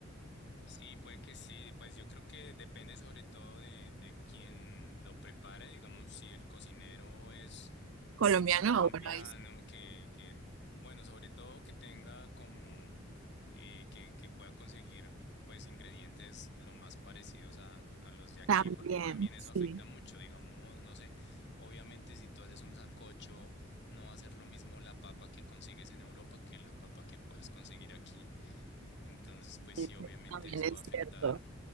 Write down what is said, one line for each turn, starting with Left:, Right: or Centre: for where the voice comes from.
Left: Sí, puede que sí. Pues yo creo que depende sobre todo de, de quien lo prepare. Digamos, si el cocinero es
Right: colombiano,
Left: un colombiano
Right: ah, bueno, ahí sí,
Left: que, que bueno, sobre todo que tenga como eh, que, que pueda conseguir pues ingredientes lo más parecidos a, a los de aquí,
Right: también,
Left: porque también eso
Right: sí,
Left: afecta mucho. Digamos, no sé, obviamente si tú haces un sancocho, no va a ser lo mismo la papa que consigues en Europa que la papa que puedes conseguir aquí. Entonces, pues
Right: sí,
Left: sí, obviamente
Right: sí, también
Left: eso
Right: es
Left: va a afectar,
Right: cierto.